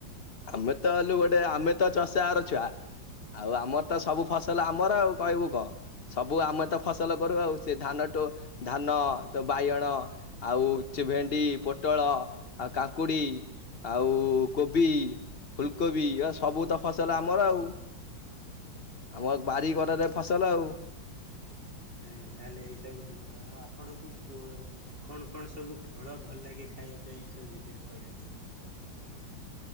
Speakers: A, on the left (about 40°); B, on the right (about 30°).
A: ଆମେ ତ ହେଲୁ ଗୋଟେ ଆମେ ତ ଚଷାଘରର ଛୁଆ ଆଉ ଆମର ତ ସବୁ ଫସଲ ତାହେଲେ ଆମର ଆଉ କହିବୁ କଁ ସବୁ ଆମେ ତ ଫସଲ କରୁ ଆଉ ସେ ଧାନଠୁ ଧାନ ତ ବାଇଗଣ ଆଉ ଚି ଭେଣ୍ଡି ପୋଟଳ ଆଉ କାଙ୍କୁଡି ଆଉ କୋବ୍ ଫୁଲ୍କୋବି ସବୁ ତ ଫସଲ ଆମର ଆଉ। ଆମ ବାରିିଘରରେ ଫସଲ ଆଉ।
B: ଆ ତାହେଲେ ଏଇ ସବୁ ଜିନିଷ ଆଉ ଆପଣଙ୍କୁ କଣ କଣ ସବୁ। ହଳ ଭଲ ଲାଗେ ଖାଇବା ପାଇଁ ଏ ସବୁ ବିଷୟରେ କହିବେ ଟିକେ।